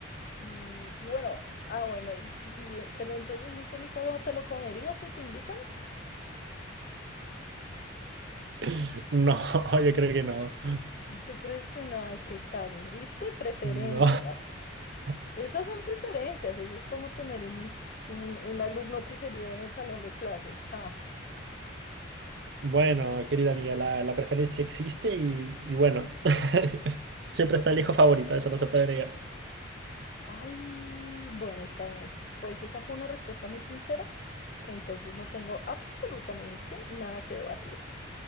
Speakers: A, on the left (about 45°); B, on the right (about 60°).
A: Y, y bueno, ah, bueno, y, y, y, pero entonces un pelícano te lo comerías si te invitan
B: <laughs> No, <laughs> yo creo que no.
A: ¿Tú crees que no hay qué tal? ¿Viste? Preferencias.
B: No. <laughs>
A: Esas son preferencias. Eso es como tener un, un, un alumno preferido en el salón de clases. Ah,
B: Bueno, querida amiga, la, la preferencia existe y, y bueno, <laughs> siempre está el hijo favorito, eso no se puede negar.
A: ay, bueno, está bien. Pues esa fue una respuesta muy sincera. Entonces no tengo absolutamente nada que debatir.